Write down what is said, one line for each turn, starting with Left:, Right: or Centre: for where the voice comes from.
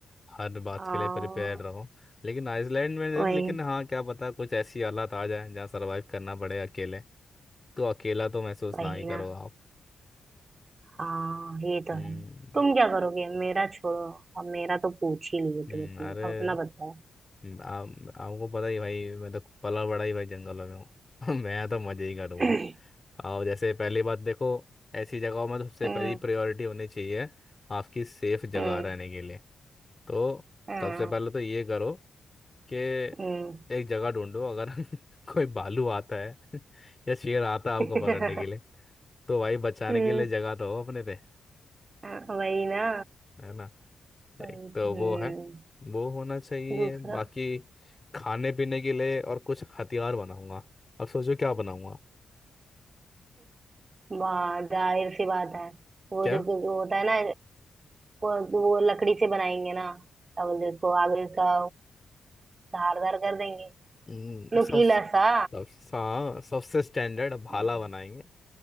Left: हर बात
Right: हाँ
Left: के लिए प्रिपेयर रहो लेकिन आइसलैंड में
Right: वही
Left: लेकिन हाँ क्या पता कुछ ऐसी हालात आ जाए जहाँ सरवाइव करना पड़े अकेले तो अकेला तो महसूस
Right: वही
Left: ना ही करो
Right: ना
Left: आप
Right: हाँ ये तो
Left: हम्म
Right: है तुम क्या करोगे मेरा छोड़ो अब मेरा तो पूछ ही लिए
Left: हम्म,
Right: तुम अपना
Left: अरे
Right: अपना बताओ
Left: हम्म, आप आपको पता ही भाई मैं तो पला बड़ा ही भाई जंगलों में हूँ <laughs> मैं तो मजे ही करूँगा
Right: <clears throat>
Left: आप जैसे पहली बात देखो ऐसी जगहों में तो सबसे
Right: हम्म
Left: पहली प्रायोरिटी होनी चाहिए आपकी सेफ जगह
Right: हम्म
Left: रहने के लिए तो
Right: हाँ,
Left: सबसे पहले तो ये करो कि
Right: हम्म
Left: एक जगह ढूंढो अगर <laughs> कोई भालू आता है <laughs> या शेर आता है
Right: <laughs>
Left: आपको पकड़ने के लिए तो भाई बचाने
Right: हम्म,
Left: के लिए जगह तो हो अपने पे
Right: हाँ, वही ना
Left: है ना
Right: वही
Left: एक
Right: हम्म
Left: तो वो है वो होना चाहिए
Right: दूसरा
Left: बाकी खाने पीने के लिए और कुछ हथियार बनाऊंगा अब सोचो क्या बनाऊंगा
Right: वाह जाहिर सी बात है वो
Left: क्या
Right: जो जो होता है ना वो, वो लकड़ी से बनाएंगे ना क्या बोलते हैं उसको आगे उसका धारदार कर देंगे
Left: हम्म,
Right: नुकीला
Left: सब
Right: सा
Left: सब हाँ सबसे स्टैंडर्ड भाला
Right: हम्म,
Left: बनाएंगे